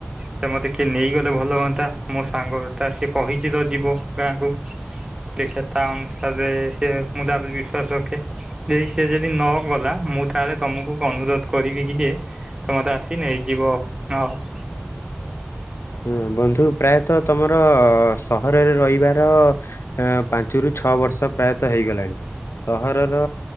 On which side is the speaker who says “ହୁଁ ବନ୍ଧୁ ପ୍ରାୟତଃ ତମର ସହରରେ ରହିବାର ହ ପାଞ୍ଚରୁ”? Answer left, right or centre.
Left